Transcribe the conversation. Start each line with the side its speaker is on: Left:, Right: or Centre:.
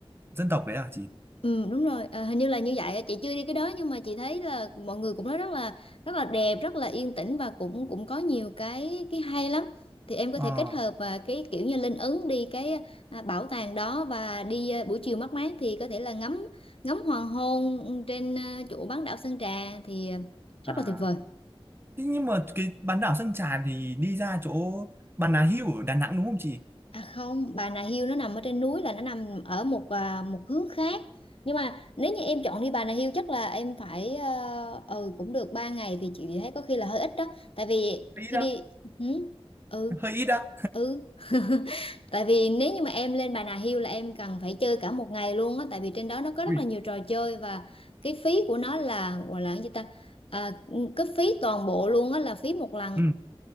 Right: dân tộc đấy à chị?
Left: Ừ, đúng rồi à, hình như là như vậy chị chưa đi cái đó nhưng mà chị thấy là mọi người cũng nói rất là rất là đẹp rất là yên tĩnh và cũng cũng có nhiều cái cái hay lắm thì em có
Right: Ờ.
Left: thể kết hợp và cái kiểu như linh ứng đi cái à, bảo tàng đó và đi à, buổi chiều mát mát thì có thể là ngắm ngắm hoàng hôn trên à, chỗ bán đảo Sơn Trà thì à,
Right: à
Left: rất là tuyệt vời
Right: Thế nhưng mà cái bán đảo Sơn Trà thì đi ra chỗ Bà Nà Hills ở Đà Nẵng đúng không chị?
Left: À không, Bà Nà Hills nó nằm ở trên núi là nó nằm ở một à, một hướng khác. Nhưng mà nếu như em chọn đi Bà Nà Hills chắc là em phải ờ, ừ cũng được 3 ngày thì chị thấy có khi là hơi ít đó. Tại vì
Right: hơi ít
Left: khi
Right: đó
Left: đi ừ ừ,
Right: Hơi ít á.
Left: ừ. <laughs> Tại vì nếu như mà em lên Bà Nà Hills là em cần phải chơi cả một ngày luôn á tại vì trên đó nó có rất
Right: Ui,
Left: là nhiều trò chơi và cái phí của nó là gọi là cái gì ta? À, cái phí toàn bộ luôn á là phí một lần
Right: Ừ.